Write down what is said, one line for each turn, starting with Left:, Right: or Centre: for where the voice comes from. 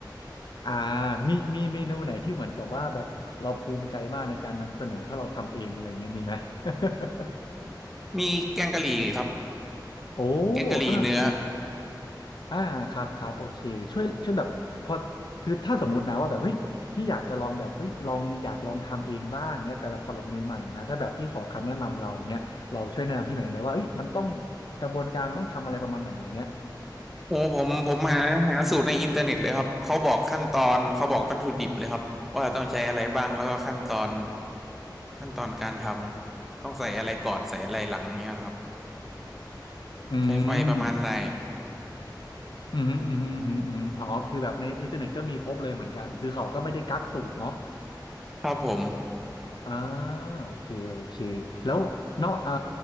Left: อ่ามีมีเมนูไหนที่เหมือนกับว่าแบบเราภูมิใจมากในการนำเสนอถ้าเราทำเองอะไรเงี้ยมีไหม <laughs>
Centre: มีแกงกะหรี่ครับ
Left: โอ้
Centre: แกงกะหรี่เนื้อ
Left: อ่าอ่าอ่าครับครับโอเคช่วยช่วยแบบพอคือถ้าสมมตินะว่าแบบเฮ้ยพี่อยากจะลองแบบเฮ้ยลองอยากลองทำเองบ้างเงี้ยแต่แบบสำหรับมือใหม่นะถ้าแบบพี่ขอคำแนะนำเราเงี้ยเราช่วยแนะนำพี่หน่อยได้ไหมว่าเฮ้ยมันต้องกระบวนการต้องทำอะไรประมาณไหนอย่างเงี้ย
Centre: โอ้ผมผมหาหาสูตรในอินเทอร์เน็ตเลยครับเขาบอกขั้นตอนเขาบอกวัตถุดิบเลยครับว่าต้องใช้อะไรบ้างแล้วก็ขั้นตอนขั้นตอนการทำต้องใส่อะไรก่อนใส่อะไรหลังเนี้ยครับ
Left: อื
Centre: ใช้ไฟประมาณไหน
Left: มอืมฮึอืมฮึอืมฮึอืมอ๋อคือแบบในอินเทอร์เน็ตก็มีครบเลยเหมือนกันคือเขาก็ไม่ได้กักสูตรเนาะ
Centre: ครับผม
Left: อ่าโอเคโอเคแล้วเนาะอ่า